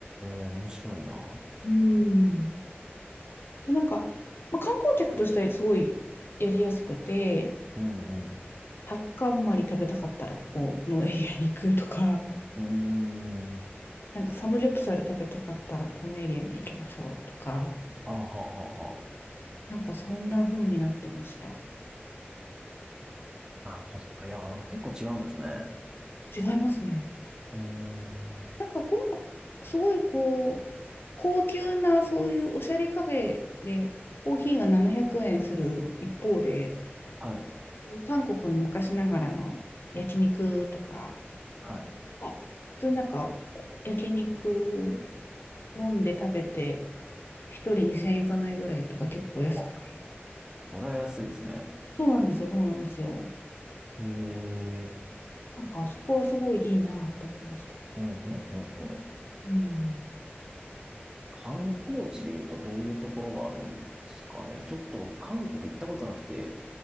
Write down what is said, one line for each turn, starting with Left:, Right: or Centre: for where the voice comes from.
Right: え、面白いな。
Left: うん。で、なんか、まあ、観光客としてはすごいやりやすくて、
Right: うんうん。
Left: タッカンマリ食べたかったらここのエリアに行くとか、
Right: うーん。
Left: <laughs> なんかサムギョプサル食べたかったらこのエリアに行きましょうとか、
Right: あははは。
Left: なんかそんな風になってました。
Right: なるほど。いや、なんか結構違うんですね。
Left: 違いますね。
Right: うーん。
Left: なんかご飯、すごいこう、高級なそういうおしゃれカフェでコーヒーが700円する一方で、
Right: はい。
Left: 韓国の昔ながらの焼肉とか、
Right: はい。
Left: あ普通なんか焼肉飲んで食べて一人2000円いかないぐらいとか結構安くて。
Right: あ、それは安いですね。
Left: そうなんですよ、そうなんですよ。
Right: ええ、
Left: なんかそこはすごいいいなって思いました。
Right: ほうほうほうほう。
Left: うん。
Right: 観光地で言うとどういうところがあるんですかね。ちょっと僕韓国行ったことなくて。